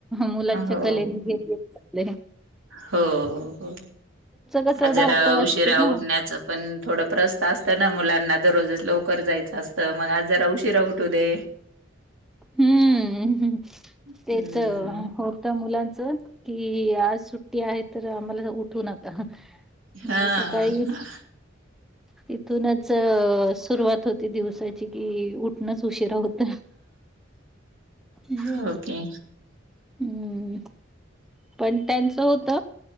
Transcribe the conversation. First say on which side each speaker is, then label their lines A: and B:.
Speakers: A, in the centre; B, on the right.
A: मुलांच्या
B: हो
A: कलेने घेतेतले
B: हो हो
A: कसं
B: आ जरा
A: धावपळ
B: उशिरा
A: असते ना
B: उठण्याचं पण थोड प्रस् असत ना मुलांना दररोज लवकर जायचं असतं मग आज जरा उशीिरा उठू दे
A: हम्म्म्
B: हम्म
A: ते तर होत मुलां कि आज सुट्टी आहे तर आम्हाला उठू नका मग
B: हा
A: सकाळी तिथूनच सुरुवात होती दिवसाची कि उठणंच उशीिरा होत हम्म.
B: होके
A: हम्म पण त्यांचं होत